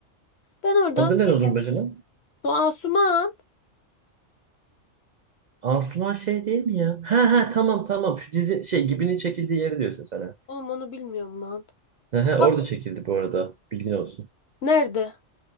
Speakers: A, on the left (about 60°); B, on the right (about 70°).
A: Ben oradan
B: Adı ne
A: geçen
B: Dondurmacı'nın?
A: bu Asuman.
B: Asuman şey değil mi ya? Ha ha tamam tamam. Şu dizi şey Gibi'nin çekildiği yeri diyorsun sen. ha.
A: Oğlum onu bilmiyorum lan.
B: He he
A: Kafe.
B: orada çekildi bu arada. Bilgin olsun.
A: Nerede?